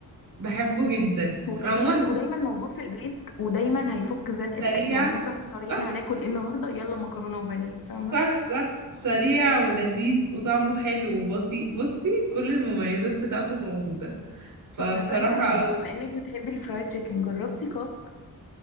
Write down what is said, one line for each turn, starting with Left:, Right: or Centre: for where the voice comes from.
Right: بحبه جدا
Left: ودايما
Right: انا عموما
Left: ودايما موجود في البيت ودايما هيفك زنقه
Right: سريع
Left: أي- يعني مثلا محتارين
Right: صح
Left: هناكل ايه النهارده يلا مكرونه وبانيه فاهمه
Right: صح صح سريع ولذيذ وطعمه حلو وبسيط بصي كل المميزات
Left: مم.
Right: بتاعته موجوده فبصراحه
Left: طب هسألك على حاجة بما انك بتحبي الفرايد تشيكن جربتي كوك